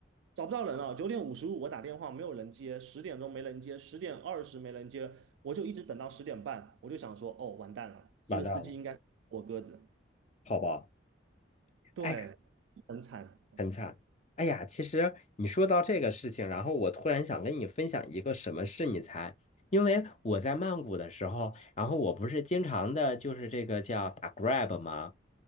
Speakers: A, on the right; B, on the left.
A: 找不到人了。九点五十五我打电话没有人接，十点钟没人接，十点二十没人接，我就一直等到十点半，我就想说哦完蛋了，这个司机应该是我鸽子，
B: 完蛋了。好吧？
A: 对，
B: 哎。
A: 很惨。
B: 很惨。哎呀，其实你说到这个事情，然后我突然想跟你分享一个什么事，你猜？因为我在曼谷的时候，然后我不是经常的，就是这个叫打 Grab 吗？